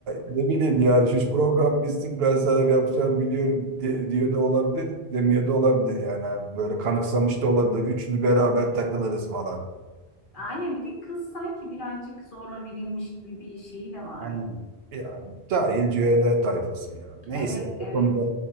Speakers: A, on the right (about 75°); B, on the left (about 55°).
A: ne bileyim yani şu program bitsin ben sana yapacağımı biliyorum de, diyor da olabilir, demiyor da olabilir. Yani böyle kanıksamış da olabilir. Üçlü beraber takılırız falan.
B: Aynen bir de kız sanki birazcık zorla verilmiş gibi bir şeyi de var.
A: Aynen. Yani cahil cühele tayfası ya. Neyse
B: Evet evet
A: o konuda